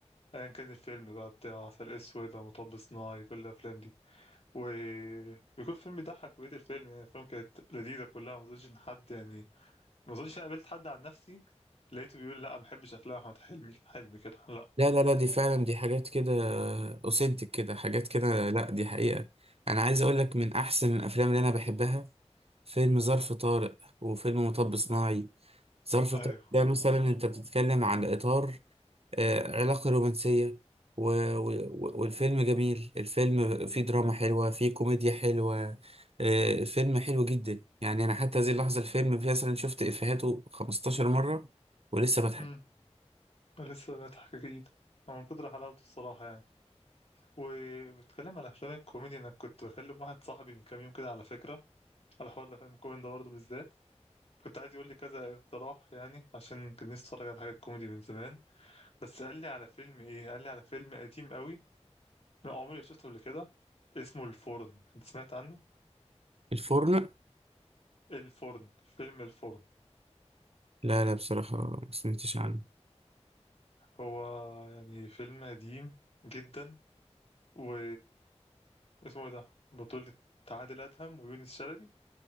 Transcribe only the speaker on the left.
ايا كان الفيلم بقى بتاع عسل اسود او مطب صناعي كل الافلام دي وبيكون فيلم يضحك بقية الفيلم يعني الافلام كانت لذيذه كلها ما اظنش ان حد يعني ما اظنش انا قابلت حد عن نفسي لقيته بيقول لا ما بحبش افلام احمد حلمي حلمي كده لا
ايوه
امم لسه بنضحك اكيد هو من كتر حلاوته الصراحه يعني وبتكلم على افلام الكوميدي انا كنت بكلم واحد صاحبي من كام يوم كده على فكره على حوار الافلام الكوميدي ده برضه بالذات كنت عايز يقول لي كذا اقتراح يعني عشان كان نفسي اتفرج على حاجات كوميدي من زمان بس قال لي على فيلم ايه قال لي على فيلم قديم قوي انا عمري ما شفته قبل كده اسمه الفرن انت سمعت عنه
الفرن فيلم الفرن
هو يعني فيلم قديم جدا و اسمه ايه ده بطولة عادل أدهم ويونس شلبي